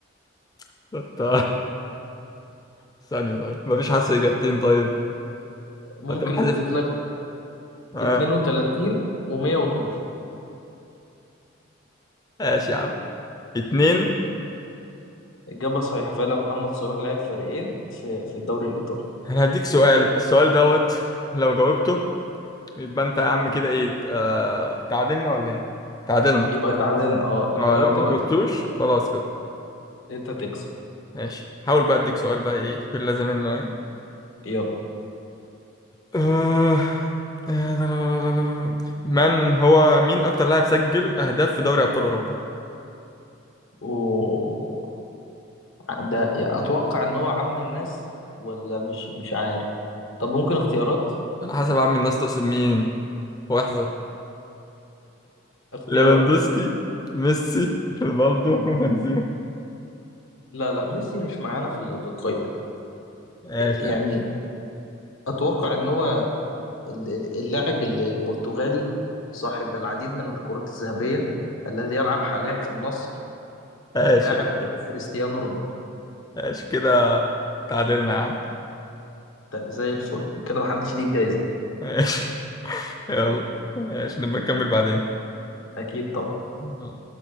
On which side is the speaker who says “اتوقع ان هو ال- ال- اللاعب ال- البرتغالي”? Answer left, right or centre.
Left